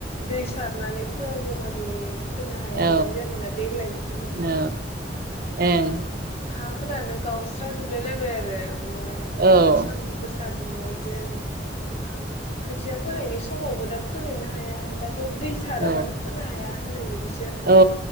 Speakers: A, on the left (about 35°); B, on the right (about 55°).
A: दै सारनानै फोआगौमानि फोनो हाया
B: औ
A: बिदि जादोंना देग्लायबोथ' नै
B: ओ ओं
A: हा फोरानो गावस्रा। जोबलायलायबाय आरो उमफाय बिराद
B: औ
A: सान्दुं गोसा। सा दुंनायजों। ओं खोथिया। फोनायनि समावबो दा फोनोनो हाया दा। दै साराबानो
B: औ
A: फोनो हाया। होननाय बायदि
B: औ